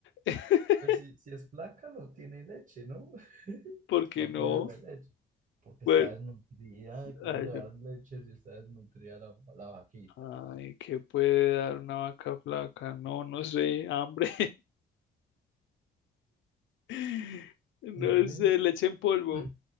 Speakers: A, on the left; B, on the right.
A: <laughs>
B: pues si, si es flaca no tiene leche, ¿no? <laughs>
A: Porque
B: No
A: no,
B: puede darle leche, porque
A: bueno,
B: está desnutrida. ¿Cómo
A: ay,
B: le
A: yo-
B: das leche si está desnutrida la, la vaquita?
A: no, ay, ¿qué puede dar una vaca flaca? No, no sé, hambre. <laughs> No
B: ¿Se rinde?
A: sé, leche en polvo.
B: Mm.